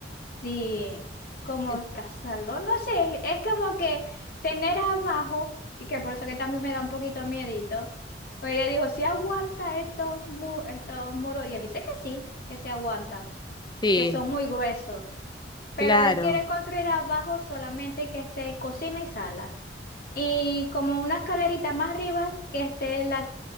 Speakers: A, on the left (about 55°); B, on the left (about 25°).
A: sí, como
B: Es-
A: casarlo. No sé, es, es como que tener abajo, y que por eso que también me da un poquito miedito. Pues yo digo si aguanta estos, mu- estos muros? Y él dice que sí, que se aguanta,
B: Sí,
A: que son muy gruesos pero
B: claro.
A: él quiere construir abajo solamente que esté cocina y sala. Y como una escalerita más arriba que esté la,